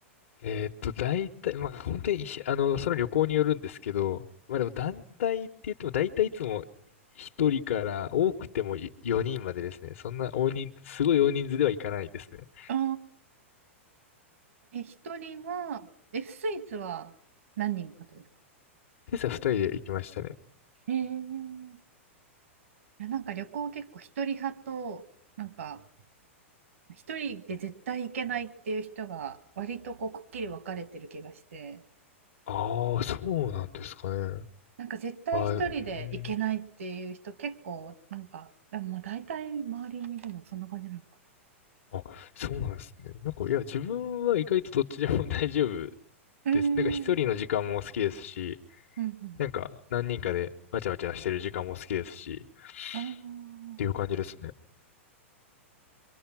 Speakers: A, on the left; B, on the right.
A: えーっと、大体、まあ、本当に、あの、その旅行によるんですけど、まあでも団体って言っても、大体いつも1人から多くても4人までですね。そんな大人、すごい大人数では行かないですね。
B: ああーえ、一人は、え、スイスは何人かとですか
A: 今朝2人で行きましたね。
B: えー、いや、なんか旅行結構一人派と、なんか、一人で絶対行けないっていう人が、割とこう、くっきり分かれてる気がして。
A: ああ、そうなんですかね。
B: なんか絶対一人で行けないっていう人結構なんか、
A: あー、うーん。
B: でもまあ大体周りにいるのはそんな感じなのか
A: あ、そうなんですね。なんか、いや、自分は意外とどっちでも <laughs> 大丈夫
B: な。
A: です。
B: うー
A: なんか一人の時間も好きですし、
B: ん。うんうん。
A: なんか何人かでわちゃわちゃしてる時間も好きですし、
B: ああ、
A: っていう感じですね。